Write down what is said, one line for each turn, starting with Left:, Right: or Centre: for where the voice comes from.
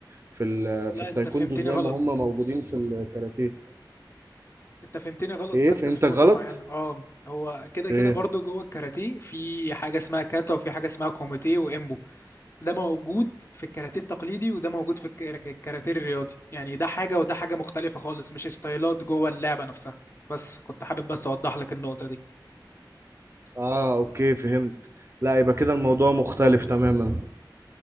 Right: في ال
Left: لا
Right: في التايكوندو
Left: انت فهمتني
Right: زي
Left: غلط
Right: ما هم موجودين في الكاراتيه
Left: انت فهمتني غلط
Right: ايه
Left: بس
Right: فهمتك
Left: في نقطة
Right: غلط
Left: معينة اه هو كده كده
Right: ايه
Left: برضو جوه الكاراتيه في حاجة اسمها كاتا وفي حاجة اسمها كوميتيه وامبو ده موجود في الكاراتيه التقليدي وده موجود في الك- الكاراتيه الرياضي يعني ده حاجة وده حاجة مختلفة خالص مش ستايلات جوه اللعبة نفسها بس كنت حابب بس أوضح لك النقطة دي
Right: اه اوكي فهمت لا يبقى كده الموضوع مختلف تماما